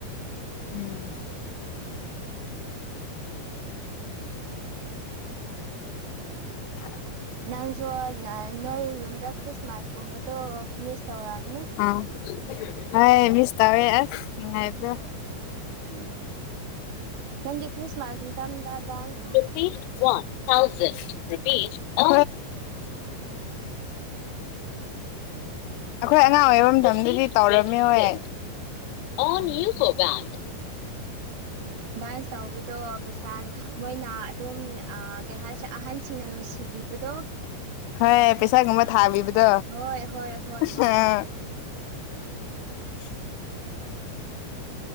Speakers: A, on the left; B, on the right.
A: ꯎꯝ <inaudible>
B: ꯅꯪꯁꯨ ꯅꯣꯏ ꯌꯨꯝꯗ ꯈ꯭ꯔꯤꯁꯃꯥꯁꯒꯨꯝꯕꯗꯣ ꯃꯤꯁ ꯇꯧꯔꯝꯅꯤ
A: ꯑꯥ ꯍꯥꯏ ꯃꯤꯁ ꯇꯧꯋꯦ ꯑꯁ ꯅꯨꯡꯉꯥꯏꯇꯦ
B: ꯎꯝ ꯅꯪꯗꯤ ꯈ꯭ꯔꯤꯁꯃꯥꯁ ꯃꯇꯗ ꯗꯥꯟꯁ
A: ꯏ ꯋꯥ <unintelligible> <inaudible> ꯑꯩꯈꯣꯏ ꯑꯉꯥꯡ ꯑꯣꯏꯕ ꯃꯇꯝꯗꯗꯤ ꯇꯧꯔꯝꯃꯦ ꯍꯣꯏ
B: ꯎꯝ
A: ꯑꯣꯟ ꯌꯨ ꯄꯣꯒꯥꯝ
B: ꯗꯥꯟꯁ ꯇꯧꯕꯗꯣ ꯄꯩꯁꯥ ꯃꯣꯏꯅ ꯇꯨꯝ ꯑꯥ ꯀꯩ ꯍꯥꯏꯁꯦ ꯑꯍꯟꯁꯤꯡꯅ ꯅꯨꯡꯁꯤꯕꯤꯕꯗꯣ
A: ꯍꯣꯏ ꯄꯩꯁꯥꯒꯨꯝꯕ ꯊꯥꯕꯤꯕꯗꯣ
B: ꯍꯣꯏ ꯍꯣꯏ ꯍꯣꯏ ꯃꯥꯅꯦ
A: ꯑ <inaudible>